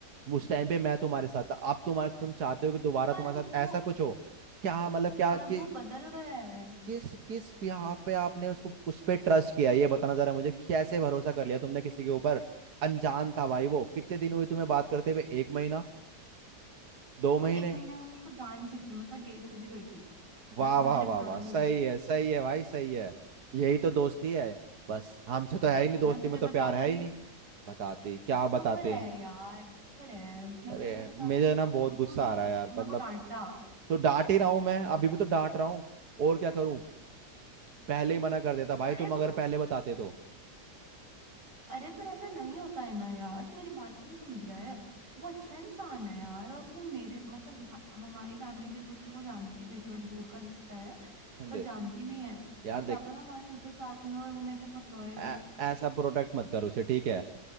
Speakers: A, on the right; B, on the right.
A: उस टाइम पे मैं तुम्हारे साथ था अब तुम्हारे तुम चाहते हो कि दोबारा
B: पर
A: तुम्हारे
B: अब
A: साथ
B: वो
A: ऐसा कुछ हो क्या मतलब क्या
B: पर
A: कि,
B: अब वो बदल गया है
A: किस किस बिहाफ पे आपने उसको उस पे ट्रस्ट किया ये बताना जरा मुझे कैसे भरोसा कर लिया तुमने किसी के ऊपर अनजान था भाई वो कितने दिन हुए तुम्हें बात करते हुए एक महीना दो
B: तो
A: महीने
B: एक महीने में मैं उसको जान चुकी हूँ मैं उसका डेट पे भी गई थी
A: वाह
B: जो कि मैं
A: वाह
B: तुझे बताना
A: वाह वाह सही
B: भूल गई
A: है सही है भाई सही है यही तो दोस्ती है बस हमसे तो है ही नहीं दोस्ती
B: मैं तुझे
A: में तो
B: बताती
A: प्यार है ही नहीं बताती क्या
B: चुप
A: बताते
B: रह
A: हैं
B: यार चुप रह मैं
A: अरे
B: तेरे को बताती
A: मुझे
B: तो तू
A: ना बहुत गुस्सा
B: तू मेरे
A: आ रहा है यार मतलब
B: को डांटता
A: तो डांट ही रहा हूं मैं अभी भी तो डांट रहा हूँ और क्या करूं पहले ही मना कर देता भाई
B: अरे
A: तुम अगर
B: पर
A: पहले बताते तो
B: अरे पर ऐसा नहीं होता है ना यार तू मेरी बात भी नहीं समझ रहा है वो अच्छा इंसान है यार और वो मेरे मतलब भा- हमारी फैमिली एक दूसरे को जानती भी है, थोड़ा दूर का रिश्ता है पर
A: दे
B: जानती भी है
A: यार
B: और क्या
A: देख
B: पता हमारा फ्यूचर साथ में हो और वो मेरे लिए बहुत लॉयल
A: ऐ-
B: हो
A: ऐसा प्रोटेक्ट मत कर उसे ठीक है